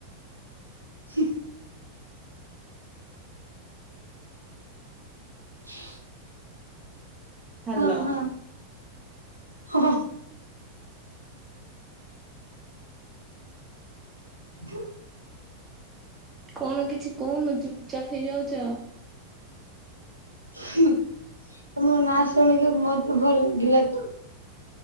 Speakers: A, on the right; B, on the right.
A: ହଁ <inaudible>
B: ହ୍ୟାଲୋ।
A: ହଁ ହଁ ହଁ ହ <inaudible>
B: କଣ କିଛି କହୁନ ଚୁପଚାପ୍ ହେଇଯାଉଛ?
A: ହୁଁ ତମ ନାଁ ଶୁଣିକି ମତେ ଭଲ ଲାଗିଲା ତ!